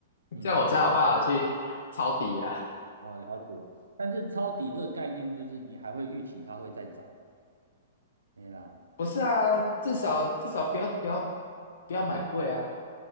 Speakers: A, on the right; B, on the left.
A: 嗯哦。
B: 这样我才有办法去抄底啊。
A: 哦，了解。但是抄底这个概念就是你还会预期它会再涨，对啦，
B: 不是啊，至少至少不要不要不要买贵啊，